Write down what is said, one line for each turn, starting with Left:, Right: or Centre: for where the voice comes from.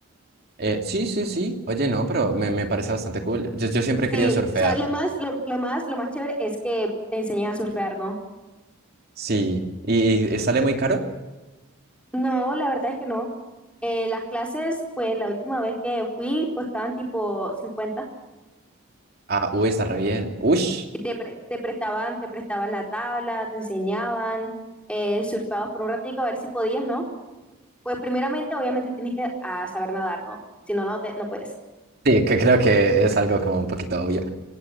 Right: Eh, sí, sí, sí. Oye, no, pero me, me parece bastante cool. Yo, yo siempre he
Centre: Sí,
Right: querido surfear.
Centre: o sea, lo más, lo, lo más, lo más chévere es que te enseñan a surfear, ¿no?
Right: Sí. ¿Y, y sale muy caro?
Centre: No, la verdad es que no. Eh, las clases, pues la última vez que fui costaban tipo 50
Right: Ah, uy, está re bien. Uy. Sí,
Centre: y te, pre- te prestaban, te prestaban la tabla, te enseñaban, eh, surfeabas por un ratico a ver si podías, ¿no? Pues primeramente, obviamente tienes que ah, saber nadar, ¿no? Si no, no, te, no puedes.
Right: que creo que es algo como un poquito obvio.